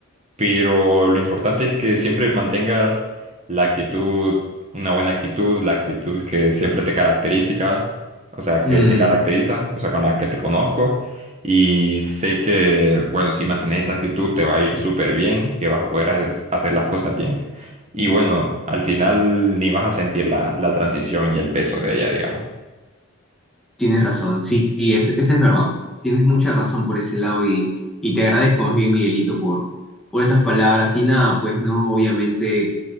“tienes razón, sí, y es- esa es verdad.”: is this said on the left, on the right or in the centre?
Centre